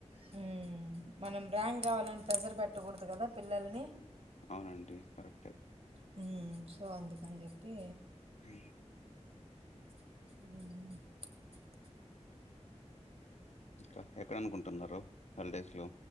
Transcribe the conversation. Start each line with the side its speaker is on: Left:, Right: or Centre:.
Right: హ్మ్ మనం ర్యాంక్ కావాలని ప్రెజర్ పెట్టకూడదు కదా పిల్లల్ని
Left: అవునండి కరెక్టే
Right: హ్మ్ సో అందుకని చెప్పి
Left: అ
Right: ఇ
Left: ఇంకా ఎక్కడ అనుకుంటున్నారు హాలిడేస్లో